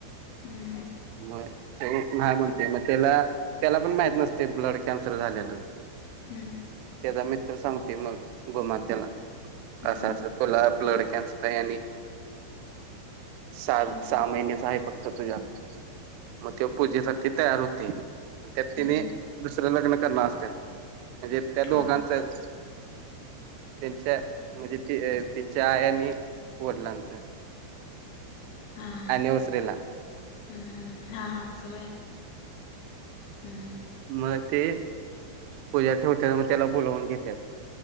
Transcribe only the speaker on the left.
हम्म
हम्म.
हम्म
हम्म
हम्म
कोण
हा हा
हम्म, हम्म हा आसं व्हयं हम्म, हम्म.